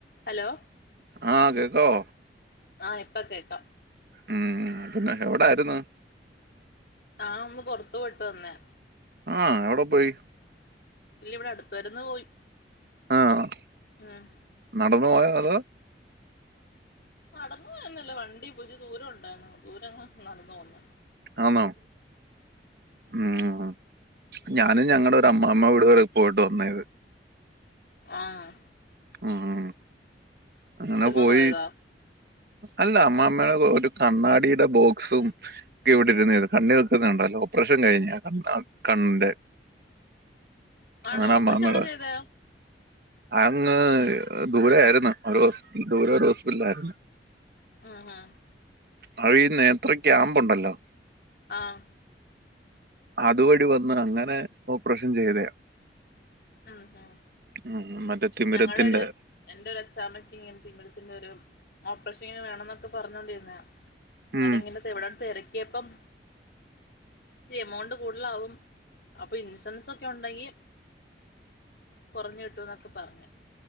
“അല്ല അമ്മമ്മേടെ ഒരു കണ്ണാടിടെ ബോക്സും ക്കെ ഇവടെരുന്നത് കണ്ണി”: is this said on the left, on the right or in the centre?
Right